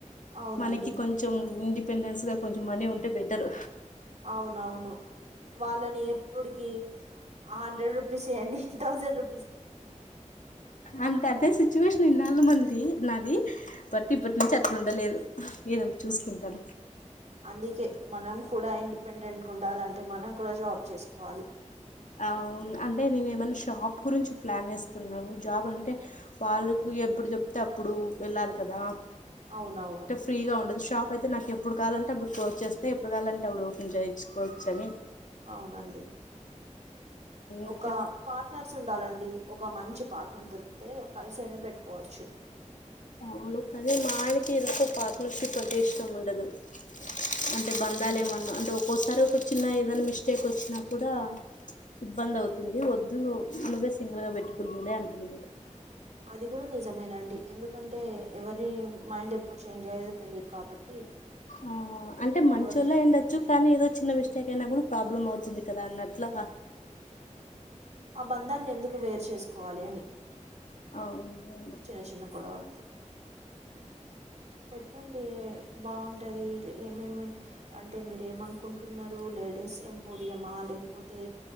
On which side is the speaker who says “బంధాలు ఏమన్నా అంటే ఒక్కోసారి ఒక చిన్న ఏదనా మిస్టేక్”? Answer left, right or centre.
Left